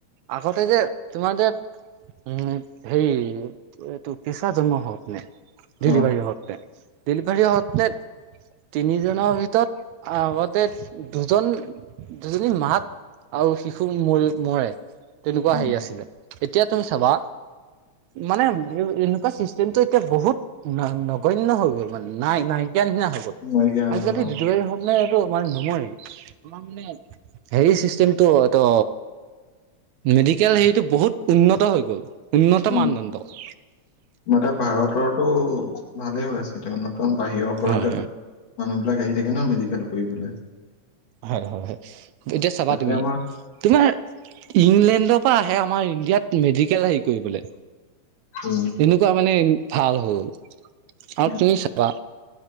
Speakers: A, on the right (about 80°); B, on the left (about 60°).
A: আগতে যে তোমাৰ যে উম সেই এইটো পিছা জন্ম হপ নে
B: অ
A: ডেলিভাৰী হতে ডেলিভাৰী হতে তিনিজনৰ ভিতৰত আগতে দুজন দুজনী মাক আৰু শিশু ম মৰে তেনেকুৱা
B: উম
A: হেৰি আছিলে এতিয়া তুমি চাবা। মানে এনেকুৱা চিষ্টেমটো এতিয়া বহুত নগন্য হৈ গ'ল মানে নাই নাই ইতিয়া নিচিনা হৈ গ'ল
B: নাইকিয়া হৈ
A: আজিকালি
B: গ'ল, অ,
A: বিজয়ী হলনে। মানে নমই তাৰ মানে হেৰি চিষ্টেমটো তো মেডিকেল হেৰিটো বহুত উন্নত হৈ গ'ল। উন্নত মানদণ্ড
B: উ
A: হয়
B: মানে ভাৰতৰটো ভালেই হৈ আছে এতিয়া। একদম বাহিৰৰ পৰা
A: হয়
B: এতিয়া মানুহ বিলাক আহি থাকে ন মেডিকেল কৰিবলৈ।
A: হয় হয় হয়। এতিয়া চাবা
B: তাতকে
A: তুমি
B: আমাৰ
A: তোমাৰ ইংলেণ্ডৰ পৰা আমাৰ ইণ্ডিয়াত মেডিকেল হেৰি কৰিবলৈ
B: উম
A: এনেকুৱা মানে ভাল হ'ল। আৰু
B: উম
A: তুমি চাবা।